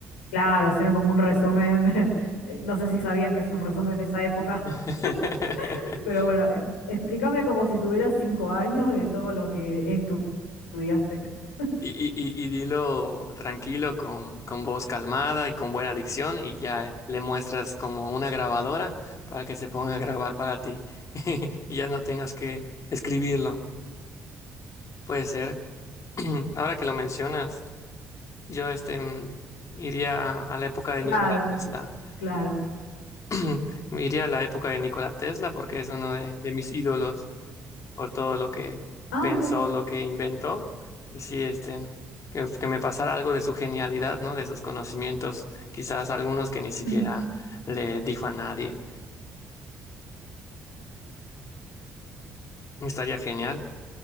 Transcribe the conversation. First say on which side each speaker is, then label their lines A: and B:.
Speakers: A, on the left (about 75°); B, on the left (about 45°).
A: claro, hacerme como un resumen. <laughs> eh, No sé si sabían que es un resumen en esa época,
B: <laughs>
A: <laughs> pero bueno, eh, explícame como si tuvieras cinco años de todo lo que estu- estudiaste. <laughs>
B: Y, y, y- y dilo tranquilo, con, con voz calmada y con buena dicción, y ya le muestras como una grabadora para que se ponga a grabar para ti <laughs> y ya no tengas que escribirlo. Puede ser. <clears throat> Ahora que lo mencionas, yo este, mm, iría a la época de
A: Claro,
B: Nikola Tesla.
A: claro.
B: <clears throat> Me Iría a la época de Nikola Tesla porque es uno de, de mis ídolos. por todo lo que
A: Ah,
B: pensó,
A: mira,
B: lo que inventó. Y sí, este, que, que me pasara algo de su genialidad, ¿no? De sus conocimientos, quizás algunos que ni siquiera
A: mm,
B: le dijo a nadie. Estaría genial.